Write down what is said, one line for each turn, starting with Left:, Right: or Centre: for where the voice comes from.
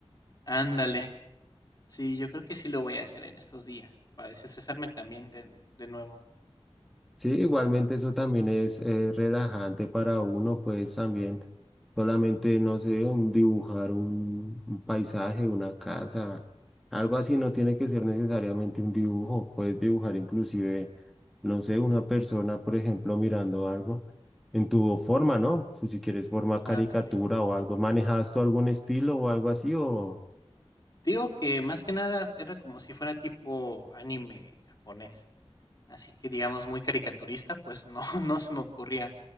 Left: Ándale. Sí, yo creo que sí lo voy a hacer en estos días, para desestresarme también de, de nuevo.
Centre: Sí, igualmente eso también es eh, relajante para uno, pues también solamente, no sé, un dibujar un, un paisaje, una casa, algo así no tiene que ser necesariamente un dibujo, puedes dibujar inclusive, no sé, una persona, por ejemplo, mirando algo en tu forma, ¿no? Si quieres forma caricatura
Left: Ándale.
Centre: o algo, ¿manejas tú algún estilo o algo así o...
Left: Digo que más que nada era como si fuera tipo anime japonés. Así que digamos muy caricaturista, pues no, <laughs> no se me ocurría.